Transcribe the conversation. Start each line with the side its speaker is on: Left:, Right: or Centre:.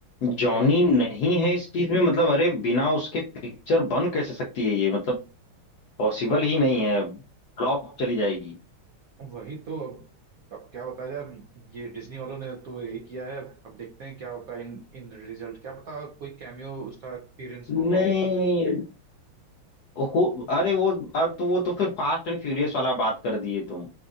Left: जॉनी
Right: नई
Left: नहीं
Right: मूवी
Left: है इस चीज में मतलब अरे बिना उसके पिक्चर बन कैसे सकती है ये मतलब पॉसिबल
Right: हाँ
Left: ही
Right: हाँ
Left: नहीं है फ्लॉप चली जाएगी
Right: वही तो अब अब क्या बताया जाए अब ये डिज्नी वालों ने तो यही किया है अब अब देखते हैं क्या होता है इन इन रिजल्ट क्या पता कोई कैमियो उसका अपीयरेंस हो
Left: नहीं हो अरे वो अब तो वो तो फिर फास्ट एंड फ्यूरियस वाला बात कर दिए तुम